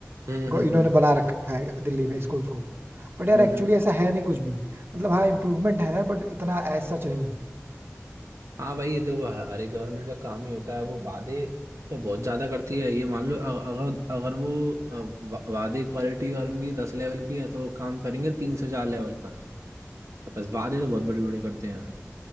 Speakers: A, on the right; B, on the right.
A: हम्म
B: गो-
A: हम्म
B: इन्होंने
A: हम्म
B: बना रखा है दिल्ली में स्कूल्स को बट यार
A: हम्म
B: एक्चुअली
A: हम्म।
B: ऐसा है नहीं कुछ भी मतलब हाँ इम्प्रूवमेंट है बट इतना एज सच नहीं
A: हाँ भाई ये देखो अरे गवर्नमेंट का काम ही होता है वो वादे तो बहुत ज्यादा करती है ये मान लो अ- अगर अगर वो अ, वा- वादे क्वालिटी और उनकी दस लेवल की है तो वो काम करेंगे तीन से चार लेवल का बस वादे तो बहुत बड़े बड़े करते हैं